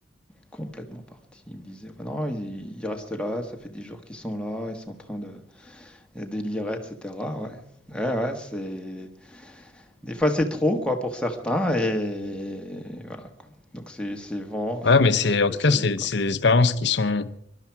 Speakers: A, in the centre; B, on the left (about 55°).
A: complètement partis. Ils me disaient: «Bah non, ils ils restent là, ça fait des jours qu'ils sont là, ils sont en train de de délirer, et cetera». Ouais. Ouais, ouais, c'est Des fois, c'est trop, quoi, pour certains et voilà, quoi. Donc c'est c'est vraiment
B: Ouais,
A: faut
B: mais
A: être,
B: c'est, en
A: faut
B: tout
A: être
B: cas,
A: solide,
B: c'est,
A: quoi.
B: c'est des expériences qui sont,